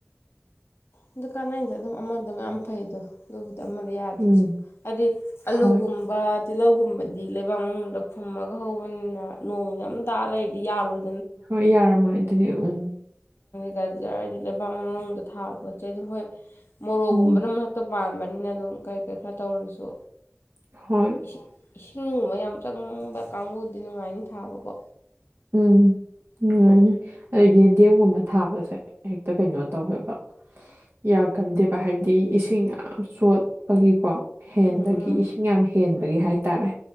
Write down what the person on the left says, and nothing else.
ꯗꯨꯀꯥꯟ ꯑꯗ ꯑꯗꯨꯝ ꯑꯃ ꯑꯗꯨꯝ ꯌꯥꯝ ꯐꯩꯗꯣ ꯑꯗꯨꯕꯨꯗꯤ ꯑꯃꯗ ꯌꯥꯗ꯭ꯔꯁꯨ
ꯍꯥꯏꯗꯤ ꯑꯂꯨꯒꯨꯝꯕ
ꯇꯤꯜꯍꯧꯒꯨꯝꯕꯗꯤ ꯂꯩꯕꯥꯛ ꯃꯅꯨꯡꯗ ꯐꯨꯝꯃꯒ ꯍꯧꯕꯅꯤꯅ ꯅꯣꯡ ꯑꯝ ꯇꯥꯔ ꯂꯩꯔꯗꯤ ꯌꯥꯔꯣꯏ
ꯒꯖꯔ ꯍꯥꯏꯗꯤ ꯂꯩꯕꯥꯛ ꯃꯅꯨꯡꯗ ꯊꯥꯕ ꯄꯣꯠ ꯆꯩ ꯑꯗꯨꯝ ꯍꯣꯏ ꯃꯣꯔꯣꯛꯒꯨꯝꯕꯅꯝ
ꯇꯣ ꯄꯥꯝꯕꯅꯤꯅ ꯑꯗꯨꯝ ꯀꯩ ꯀꯩ ꯈꯔ ꯇꯧꯔꯁꯨ
ꯏꯁꯤꯡ ꯏꯁꯤꯡꯒꯨꯝꯕ ꯌꯥꯝ ꯆꯪꯕ ꯀꯥꯡꯕꯨꯗꯤ ꯅꯨꯡꯉꯥꯏꯅꯤ ꯊꯥꯕꯀꯣ
ꯎꯝ ꯎꯝ ꯎꯝ